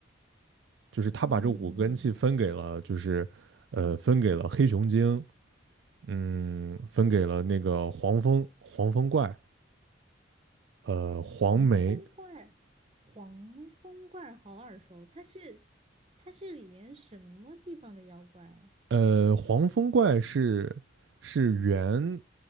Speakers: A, on the right; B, on the right.
A: 就是他把这五个根器分给了，
B: 嗯，
A: 就是呃分给了黑熊精，嗯，分给了那个黄蜂黄蜂怪，呃黄眉
B: 黄风怪，黄风怪好耳熟，它是它是里面什么地方的妖怪啊？
A: 呃，黄风怪是是原